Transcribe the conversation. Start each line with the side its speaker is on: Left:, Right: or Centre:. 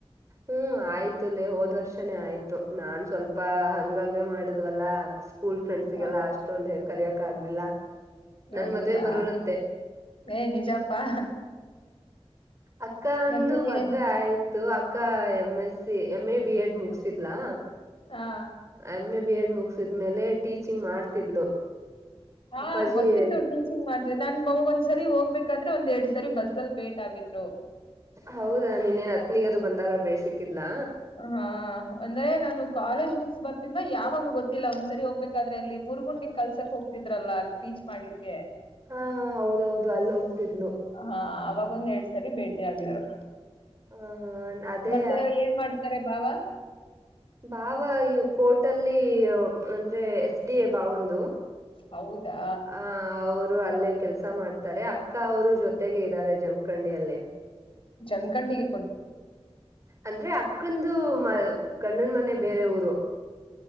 Right: ಹ್ಮ್ ಆಯ್ತುಲ್ಲೇ ಹೋದ್ ವರ್ಷನೇ ಆಯ್ತು ನಾನ್ ಸ್ವಲ್ಪ ಹಂಗಂಗೆ ಮಾಡಿದ್ವಲ್ಲ ಸ್ಕೂಲ್ ಫ್ರೆಂಡ್ಸಗೆಲ್ಲ
Left: ಹ
Right: ಅಷ್ಟೊಂದ ಹೆ ಕರಿಯಕ ಆಗ್ಲಿಲ್ಲ ನನ್
Left: ಹೌದಾ!
Right: ಮದ್ವೆ ಬರರಂತೆ
Left: ಏ ನಿಜಪ್ಪಾ
Right: ಅಕ್ಕ ಅಂದು
Left: ಮತ್ತೆ
Right: ಮದ್ವೆ
Left: ಏನ್
Right: ಆಯ್ತು ಅಕ್ಕ M S M A B Ed ಮುಗಸಿದ್ಲಾ
Left: ಹಾ.
Right: ಎಮ್ ಎ ಬಿ ಎಡ್ ಮುಗಸಿದ್ಮೇಲೆ ಟೀಚಿಂಗ್ ಮಾಡ್ತಿದ್ಲು
Left: ಹಾ
Right: ಅಪ್ಪಾಜಿ
Left: ಗೊತ್ತಿತ್ತು ಟೀಚಿಂಗ್ ಮಾಡ್ತೇವಿ ನಾನ್ ಬಾಗ ಒಂದ್ಸರಿ ಹೋಗ್ಬೇಕಾದ್ರೆ ಒಂದ್ ಎರಡ್ ಸರಿ ಬಸ್ ಅಲ್ಲಿ ಭೇಟಗಿದ್ರು
Right: ಹೌದಾ ನೀನ್ನೇನ್ ಹತ್ನಿಗ ಅದು ಬಂದಾಗ ಬೇಳ್ ಸಿಕ್ಕಿದ್ಲಾ
Left: ಹಾ ಅಂದ್ರ ನಾನು ಕಾಲೇಜ್ ಮುಗಸ್ ಬರ್ ನ್ನ ಯಾವಾಗ ಗೊತ್ತಿಲ್ಲ ಒಂದ್ಸರಿ ಹೋಗ್ಬೇಕಾದ್ರೆ ಅಲ್ಲಿ ಮುರ್ಗುಂಡಿ ಕಲ್ಸಕ್ ಹೋಗ್ತಿದ್ರಲ್ಲ ಬೀಚ್ ಮಾಡ್ಲಿಕ್ಕೆ
Right: ಹಾ ಹಾ ಹೌದೌದು ಅಲ್ಲಿ ಹೋಗ್ತಿದ್ಲು
Left: ಹಾ ಅವವಾಗ ಒಂದ್ ಎರಡ್ ಸರಿ ಭೇಟಿ ಆಗಿದ್ರು
Right: ಹ ಅದೇ
Left: ಮತ್ತೆ ಏನ್ ಮಾಡ್ತಾರೆ ಬಾವ
Right: ಬಾವ ಇವು ಕೋಟ ಅಲ್ಲಿ ಅಂದ್ರೆ ಎಸ್ ಡಿ ಎ ಬಾವ ಒಂದು
Left: ಹೌದಾ
Right: ಹ ಅವರು ಅಲ್ಲೇ ಕೆಲ್ಸ ಮಾಡ್ತಾರೆ ಅಕ್ಕ ಅವರು ಜೊತೆಗೆ ಇದ್ದಾರೆ ಜಮಖಂಡಿಯಲ್ಲಿ
Left: ಜಮಖಂಡಿಗೆ ಕೊಡ್
Right: ಅಂದ್ರೆ ಅಕ್ಕಂದು ಮ ಗಂಡನ ಮನೆ ಬೇರೆ ಊರು